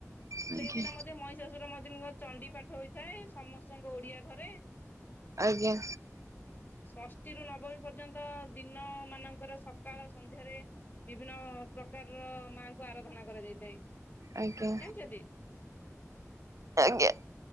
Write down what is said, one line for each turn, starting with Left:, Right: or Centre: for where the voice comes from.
Right: ଆଜ୍ଞା।
Left: ସେଇଦିନ ମଧ୍ୟ ମଇ ସାସୁର ମର୍ଦିନିଙ୍କ ଚଣ୍ଡି ପାଠ ହୋଇଥାଏ ସମସ୍ତଙ୍କ ଓଡିଆ ଘରେ।
Right: ଆଜ୍ଞା।
Left: ଷଷ୍ଠୀରୁ ନବମୀ ପର୍ଯ୍ୟନ୍ତ ଦିନ ମାନଙ୍କର ସକାଳ ସନ୍ଧ୍ୟାରେ ବିଭିନ୍ନ ପ୍ରକାରର ମାଙ୍କୁ ଆରାଧନା କରାଯାଇଥାଏ
Right: ଆଜ୍ଞା
Left: ଜାଣିଚନ୍ତି?
Right: ଆଜ୍ଞା।